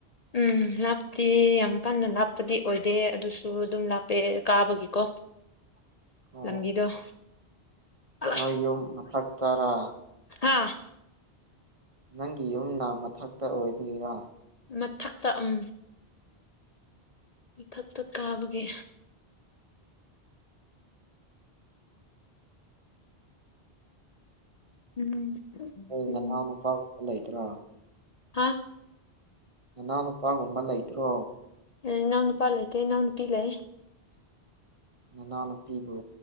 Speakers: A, on the left; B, on the right.
A: ꯎꯝ ꯂꯥꯞꯇꯦ ꯌꯥꯝ ꯀꯟꯅ ꯂꯥꯞꯄꯗꯤ ꯑꯣꯏꯗꯦ ꯑꯗꯨꯁꯨ ꯑꯗꯨꯝ ꯂꯥꯞꯄꯦ ꯀꯥꯕꯒꯤꯀꯣ
B: <inaudible> ꯑꯣ
A: ꯂꯝꯕꯤꯗꯣ ꯑꯂꯥꯏ
B: ꯅꯣꯏ ꯌꯨꯝ ꯃꯊꯛꯇꯔꯥ
A: ꯍꯥꯥ
B: ꯅꯪꯒꯤ ꯌꯨꯝꯅ ꯃꯊꯛꯇ ꯑꯣꯏꯕꯒꯤꯔꯥ
A: ꯃꯊꯛꯇ ꯎꯝ ꯃꯊꯛꯇ ꯀꯥꯕꯒꯤ ꯎꯝ ꯎꯝ
B: ꯅꯅꯥꯎ ꯅꯨꯄꯥꯒꯨꯝꯕ ꯂꯩꯇ꯭ꯔꯣ
A: ꯍꯥꯥ
B: ꯅꯅꯥꯎꯅꯨꯄꯥꯒꯨꯝꯕ ꯂꯩꯇ꯭ꯔꯣ
A: ꯑꯦ ꯏꯅꯥꯎꯅꯨꯄꯥ ꯂꯩꯇꯦ ꯏꯅꯥꯎꯅꯨꯄꯤ ꯂꯩ
B: ꯅꯅꯥꯎꯅꯨꯄꯤꯕꯨ